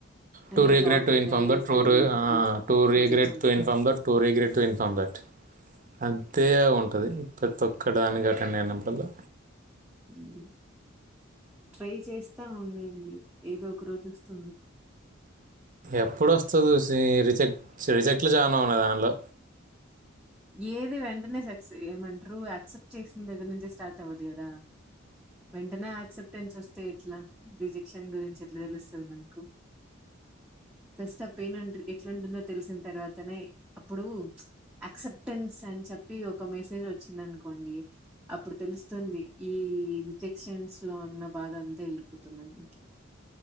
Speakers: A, in the centre; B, on the right.
A: అంటే
B: టూ రిగ్రట్
A: జాబ్
B: టు
A: కి
B: ఇన్ఫార్మ్
A: ట్రై
B: దా
A: చేస్తే
B: టు
A: రి
B: ఆహ్
A: రిజె
B: to regret
A: rejections
B: to inform
A: um
B: that to regret to inform that అంతే ఉంటాది ప్రతి ఒక్క దానికి అటెండ్ అయినప్పుడల్లా
A: ఉం ట్రై చేస్తా ఉండండి ఏదో ఒక రోజు వస్తుంది
B: ఎప్పుడొస్తది సి రిజెక్ట్ రిజెక్ట్లు చాన ఉన్నాయి దానిలో
A: ఏది వెంటనే సక్స ఏమంటారు యాక్సెప్ట్ చేసిన దగ్గర నుంచే స్టార్ట్ అవ్వదు కదా వెంటనే యాక్సెప్టెన్స్ వస్తే ఎట్లా రిజెక్షన్ గురించి ఎట్లా తెలుస్తుంది మనకు ఫస్ట్ అప్యిన్ంట ఎట్లాంటుందో తెలిసిన తర్వాతనే అప్పుడు అక్సెప్టెన్స్ అని చెప్పి ఒక మెసేజ్ వచ్చిందినుకోండి అప్పుడు తెలుస్తుంది ఈ రిజెక్షన్స్ లో ఉన్న బాధ అంతా వెళ్ళిపోతుందిన్న